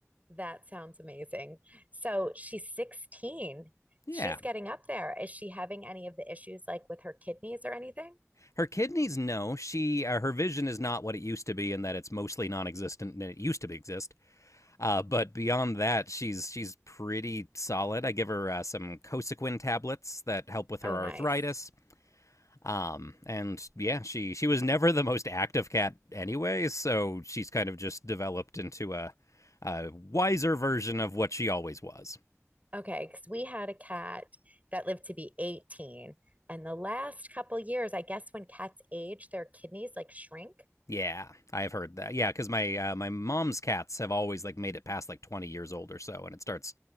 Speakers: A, on the right; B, on the left.
A: That sounds amazing. So she's 16.
B: Yeah.
A: She's getting up there. Is she having any of the issues like with her kidneys or anything?
B: Her kidneys know she uh, her vision is not what it used to be in that it's mostly non-existent and it used to exist Uh, but beyond that, she's she's pretty solid. I give her uh, some Cosequin tablets that help with her
A: Oh, nice.
B: arthritis. Um, and yeah, she she was never the most active cat anyway, so she's kind of just developed into a, a wiser version of what she always was.
A: Okay, because we had a cat that lived to be 18. And the last couple years, I guess when cats age, their kidneys like shrink.
B: Yeah, I've heard that. Yeah, because my uh, my mom's cats have always like made it past like twenty years old or so, and it starts